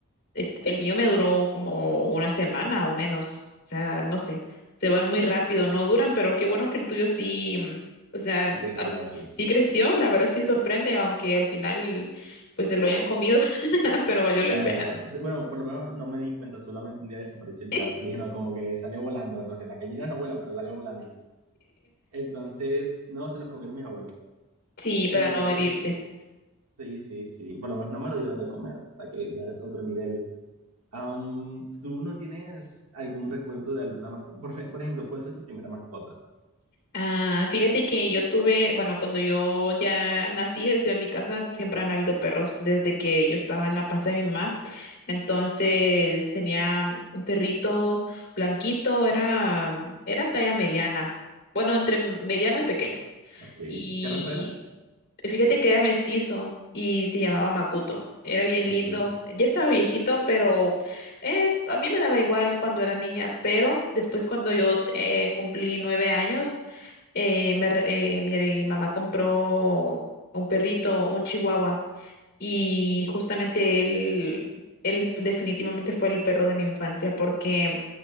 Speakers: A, on the left; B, on the right.
A: este, el mío me duró como una semana o menos. O sea, no sé, se van muy rápido, no duran, pero qué bueno que el tuyo sí, mm, o sea,
B: Sí creció,
A: al-
B: sí.
A: sí creció, la verdad sí sorprende, aunque al final pues se lo hayan comido, <laughs> pero valió
B: No,
A: la pena.
B: bueno, por lo menos no me di cuenta, solamente un día desapareció, y
A: <laughs>
B: ya dije, no, como que salió volando, no sé, las gallinas no vuelan, pero salió volando. Entonces, no, se los comieron mis abuelos.
A: Sí,
B: Entonces,
A: para no herirte.
B: sí, sí, sí, por lo menos no me lo dieron de comer, o sea que ya es otro nivel. Am, ¿tú no tienes algún recuerdo de alguna mascota? Por, fe- por ejemplo, ¿cuál fue tu primera mascota?
A: Ah, fíjate que yo tuve, bueno, cuando yo ya nací, o sea, en mi casa siempre han habido perros desde que yo estaba en la panza de mi mamá. Entonces tenía un perrito blanquito, era, era talla mediana, bueno, entre mediano y pequeño.
B: Ok,
A: Y
B: ¿qué raza era?
A: Fíjate que era mestizo y se llamaba Makuto. Era bien lindo.
B: Ok,
A: Ya estaba viejito, pero eh, a mí me daba igual cuando era niña. Pero después cuando yo eh, cumplí nueve años, eh, me re- eh, mi mamá compró un perrito, un chihuahua, y justamente él, él f- definitivamente fue el perro de mi infancia porque